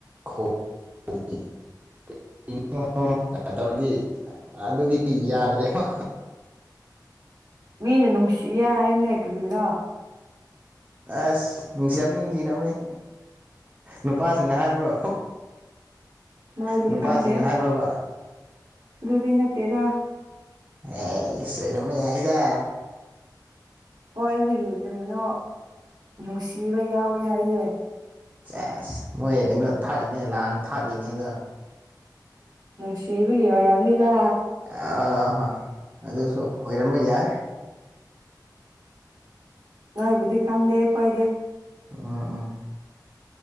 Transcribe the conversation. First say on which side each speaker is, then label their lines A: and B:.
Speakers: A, on the right (about 20°); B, on the right (about 60°).
A: ꯈꯣ <unintelligible> <unintelligible> ꯇꯧꯔꯗꯤ ꯑꯗꯨꯗꯤ ꯌꯥꯗ꯭ꯔꯦꯕ
B: ꯃꯤꯅ ꯅꯨꯡꯁꯤꯌꯦ ꯍꯥꯏꯕꯅꯦ ꯀꯔꯤꯔꯥ
A: ꯑꯁ ꯅꯨꯡꯁꯤꯔꯝꯅꯤ ꯅꯨꯡꯁꯤꯔꯝꯅꯤ ꯅꯨꯄꯥꯁꯤꯡꯅ ꯍꯥꯏꯕ꯭ꯔꯣ
B: ꯑꯗꯨꯗꯤ
A: ꯅꯨꯄꯥꯁꯤꯡꯅ
B: ꯈꯪꯗꯦ
A: ꯍꯥꯏꯕ꯭ꯔꯕ
B: ꯑꯗꯨꯗꯤ ꯅꯠꯇꯦꯗ
A: ꯑꯦꯁ ꯑꯣꯏꯔꯝꯕ ꯌꯥꯏꯗ
B: ꯀꯣꯏꯕꯒꯤ ꯀꯔꯤꯅꯣ ꯅꯨꯡꯁꯤꯕ ꯌꯥꯎꯋꯦ ꯍꯥꯏꯌꯦ
A: ꯑꯁ ꯃꯣꯏ ꯀꯩꯅꯣ ꯊꯥꯛꯏꯅꯦ ꯂꯥꯡ ꯊꯥꯛꯏꯅꯦ ꯑꯗꯣ
B: ꯅꯨꯡꯁꯤꯕꯒꯤ ꯑꯣꯏꯔꯕꯅꯤꯗ
A: ꯑꯣ ꯍꯣ ꯑꯗꯨꯁꯨ ꯑꯣꯏꯔꯝꯕ ꯌꯥꯏ
B: ꯅꯣꯏꯕꯨꯗꯤ ꯈꯪꯗꯦ ꯑꯩꯈꯣꯏꯗꯤ
A: ꯎꯝ ꯎꯝ